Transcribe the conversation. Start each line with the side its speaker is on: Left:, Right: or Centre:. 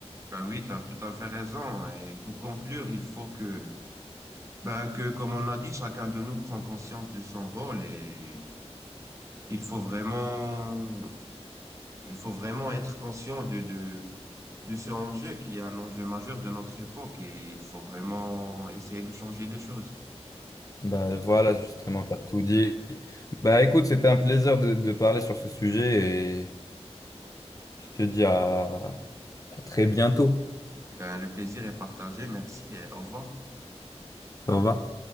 Right: Ben oui, tu as tout à fait raison. Et pour conclure, il faut que, ben, que, comme on a dit, chacun de nous prend conscience de son rôle et il faut vraiment, il faut vraiment être conscient de, de, de ce enjeu qui est un enjeu majeur de notre époque et il faut vraiment essayer de changer les choses.
Left: Bah voilà, justement, t'as tout dit. Bah écoute, c'était un plaisir de, de parler sur ce sujet et je te dis à à très bientôt.
Right: Ben, le plaisir est partagé. Merci et au revoir.
Left: Au revoir.